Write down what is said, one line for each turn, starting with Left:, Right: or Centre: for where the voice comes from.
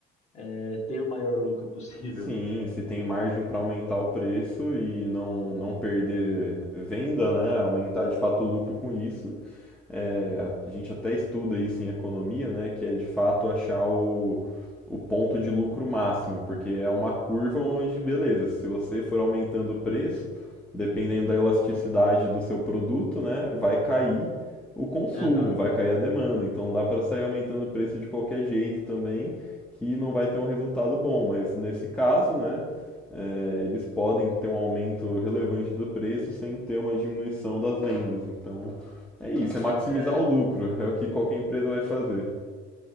Left: é, ter o maior lucro possível.
Centre: Sim, se tem margem para aumentar o preço e não, não perder venda, né? Aumentar de fato o lucro com isso, é, a gente até estuda isso em economia, né, que é de fato achar o, o ponto de lucro máximo, porque é uma curva onde, beleza, se você for aumentando o preço, dependendo da elasticidade do seu produto, né, vai cair o consumo,
Left: Aham.
Centre: vai cair a demanda. Então dá para sair aumentando o preço de qualquer jeito também, que não vai ter um resultado bom. Mas nesse caso, né, é, eles podem ter um aumento relevante do preço sem ter uma diminuição das vendas. Então é isso, é maximizar
Left: É,
Centre: o lucro. É o que qualquer empresa vai fazer.